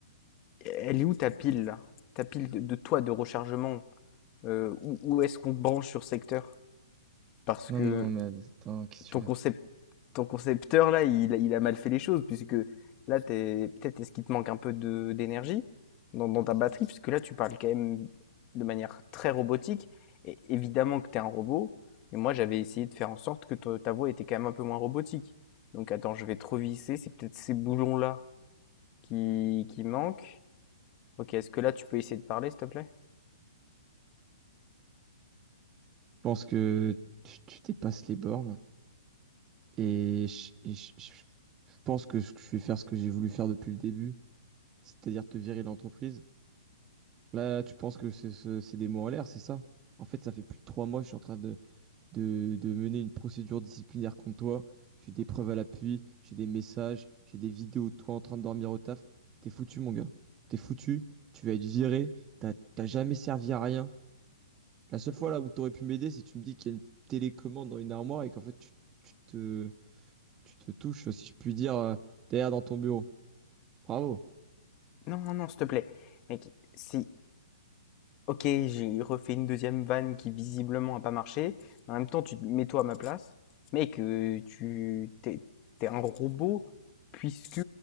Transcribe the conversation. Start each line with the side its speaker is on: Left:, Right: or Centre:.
Left: elle est où ta pile là? Ta pile de, de toi de rechargement? Euh, où, où est-ce qu'on te branche sur secteur? Parce
Right: Non,
Left: que
Right: non, mais attends, qu'est-ce que tu
Left: ton
Right: racontes?
Left: concept,
Right: Je
Left: ton concepteur là, il, a- il a mal fait les choses puisque là, t'es, peut-être est-ce qu'il te manque un peu de, d'énergie dans, dans ta batterie puisque là, tu parles quand même de manière très robotique et évidemment que t'es un robot. Mais moi, j'avais essayé de faire en sorte que to- ta voix était quand même un peu moins robotique. Donc attends, je vais trop visser, c'est peut-être ces boulons là qui, qui manquent. Ok, est-ce que là, tu peux essayer de parler, s'il te plaît?
Right: pense que tu, tu dépasses les bornes et je, et je- je pense que je je vais faire ce que j'ai voulu faire depuis le début, c'est-à-dire te virer de l'entreprise. Là, tu penses que c'est ce- c'est des mots en l'air, c'est ça? En fait, ça fait plus de trois mois que je suis en train de, de, de mener une procédure disciplinaire contre toi. J'ai des preuves à l'appui, j'ai des messages, j'ai des vidéos de toi en train de dormir au taf. T'es foutu, mon gars. T'es foutu, tu vas être viré, t'as t'as jamais servi à rien. La seule fois là où tu aurais pu m'aider, c'est tu me dis qu'il y a une télécommande dans une armoire et qu'en fait tu, tu te, tu te touches, si je puis dire, euh, derrière dans ton bureau. Bravo.
Left: Non, non, non, s'il te plaît. Mec, c'est OK, j'ai refait une deuxième vanne qui visiblement a pas marché. En même temps, tu te mets-toi à ma place. Mec, heu, tu tu es un robot puisque